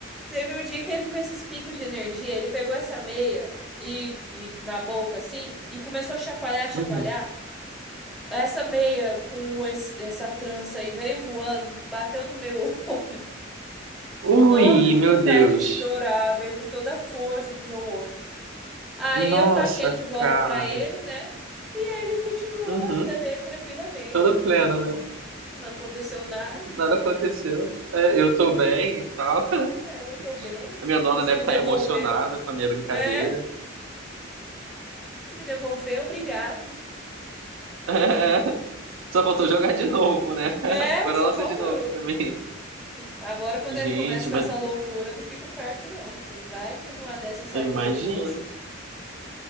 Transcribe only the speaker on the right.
Uhum.
Ui,
meu
Deus.
Nossa,
cara.
Uhum.
Todo
pleno, né?
Nada aconteceu. É, eu tô bem e tal. <laughs>
A minha dona
deve
estar
emocionada com a minha brincadeira.
<laughs>
É, só faltou jogar de novo, né? <laughs>
Agora
lança
de novo
pra mim.
Gente,
mas
eu imagino.